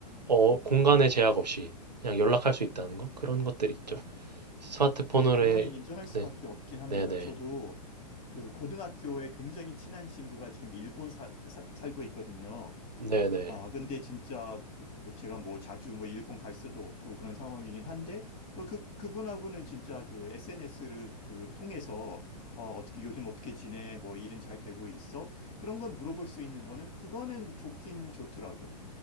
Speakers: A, on the right; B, on the left.
A: 어, 공간의 제약 없이 그냥 연락할 수 있다는 거? 그런 것들이 있죠. 스마트폰으로의
B: 네, 그거는 인정할 수밖에
A: 네,
B: 없긴 합니다.
A: 네, 네,
B: 저도 그 고등학교에 굉장히 친한 친구가 지금 일본 사, 그 사- 살고 있거든요.
A: 네, 네,
B: 아, 근데 진짜 뭐- 뭐 제가 뭐 자주 뭐 일본 갈 수도 없고 그런 상황이긴 한데 뭐 그 그분하고는 진짜 그 SNS를 그 통해서 어, 어떻게 요즘 어떻게 지내? 뭐 일은 잘 되고 있어? 그런 건 물어볼 수 있는 거는 그거는 좋긴 좋더라고요.